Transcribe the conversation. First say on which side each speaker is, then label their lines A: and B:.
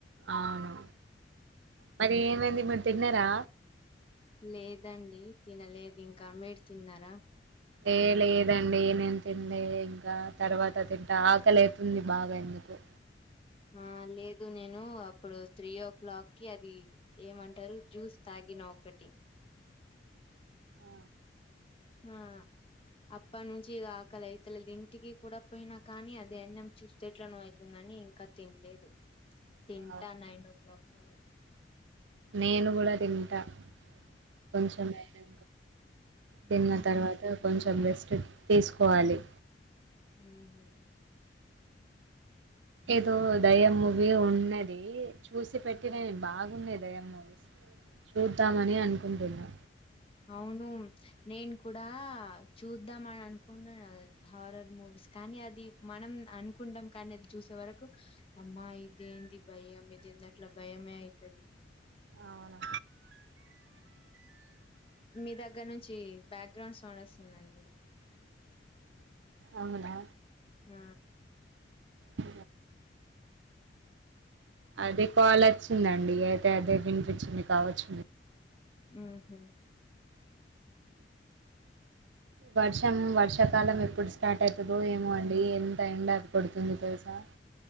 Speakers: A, on the right; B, on the left.
A: అవును మరి ఏమైంది మీరు తిన్నరా
B: లేదండి తినలేదు ఇంకా మీరు తిన్నారా
A: ఏ లేదండి నేన్ తిన్లె ఇంకా తర్వాత తింట ఆకలై తుంది బాగా ఎందుకో
B: ఆ లేదు నేను అప్పుడు త్రీ ఓ క్లాక్ కి అది ఏమంటారు జ్యూస్ తా గిన వొకటి
A: ఆ,
B: ఆ అప్ అప్ప నుంచి ఇగ ఆకలైతలెది ఇంటికి కూడ పోయినా కానీ అది ఎన్నం చూస్తే ఎట్లానో అయితుందని ఇంక తిన్లేదు తింటా
A: అవును.
B: నైన్ ఓ క్లాక్ వర
A: నేను కూడ తింటా కొంచమైనా తిన్న తర్వాత కొంచెం రెస్ట్ తీసుకోవాలి
B: ఊ హు
A: ఏదో దయమ్మువి ఉన్నయ్ ధీ చూసి పెట్టిన నేను బాగుంన్నది దయ్యం మూవీస్ చూద్దామని అనుకుంటున్నా
B: అవును నేను కుడా చూద్దాం అని అనుకుంటున్న హారర్ మూవీస్ కానీ అది మనం అనుకుంటాం కానీ అది చూసే వరకు అమ్మా ఇదేంది భయం ఇదేంది అట్ల భయమే అయితది
A: అవునా?
B: మీ దగ్గర నుంచి బ్యాక్గ్రౌండ్ సౌండ్ వస్తుందండి
A: అవునా
B: ఊ
A: ఆ అది కాలోచ్చిందండి అయితే అదే వినిపించింది కావచ్చు
B: ఉ హు
A: వర్షం వర్షాకాలం ఎప్ ఎప్పుడు స్టార్ట్ అయితదో ఏమో అండి ఎంత ఎండ కొడుతుంది తెలుసా